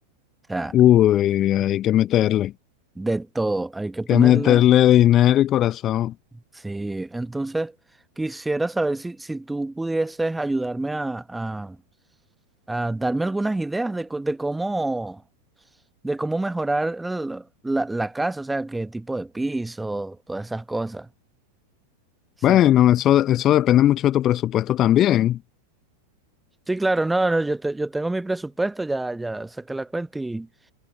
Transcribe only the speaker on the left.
Uy, hay que meterle. Hay
Que meterle dinero y corazón.
Bueno, eso, eso depende mucho de tu presupuesto también.